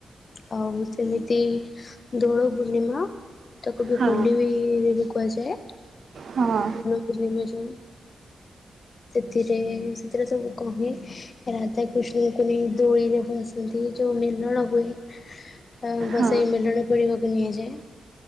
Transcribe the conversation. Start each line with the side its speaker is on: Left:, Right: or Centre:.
Left: ହଁ। ସେମିତି ଦୋଳ ପୂର୍ଣ୍ଣିମା ତାକୁ ବି
Right: ହଁ
Left: ହୋଲିରେ ବି କୁହାଯାଏ।
Right: ହଁ।
Left: ହୋଲି ହୁଏ ଯଉ ସେଥିରେ ସେଥିରେ ସବୁ କହ ରାଧା କୃଷ୍ଣଙ୍କୁ ନେଇ ଦୋଳିରେ ଫସନ୍ତି ଯୋଉ ମେଲଣ ହୁଏ। ଅ ବସେଇ
Right: ହଁ
Left: ମିଳନ ପଢିବାକୁ ନିଆଯାଏ।